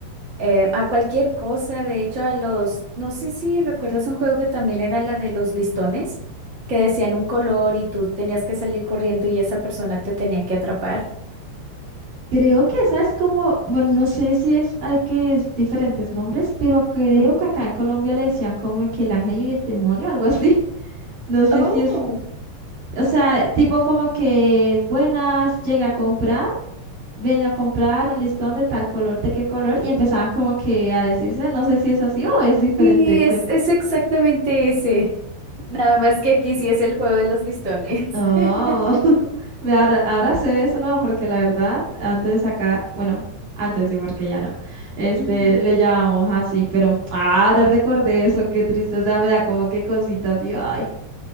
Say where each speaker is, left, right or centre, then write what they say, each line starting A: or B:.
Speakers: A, on the right; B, on the right.
A: eh, a cualquier cosa, de hecho, a los, no sé si recuerdas un juego que también era la de los listones, que decían un color y tú tenías que salir corriendo y esa persona te tenía que atrapar.
B: Creo que esa es como, bueno, no sé si es, hay que es diferentes nombres, pero creo
A: Ujú.
B: que acá en Colombia le decían como que el ángel y el demonio, algo así. <laughs> No sé
A: Oh,
B: si es, o sea, tipo como que buenas, llegué a comprar, venía a comprar un listón de tal color, de qué color, y empezaban como que a decirse, no sé si es así o es diferente.
A: sí, es, es exactamente ese. Nada más que aquí sí es el juego de los listones.
B: Oh,
A: <laughs>
B: <laughs> ve, ahora, ahora sé eso nuevo porque la verdad, antes acá, bueno, antes sí, porque ya no, este,
A: Ujú.
B: le llamamos así, pero ahora recordé eso, qué triste, o sea, me da como que cositas y ay.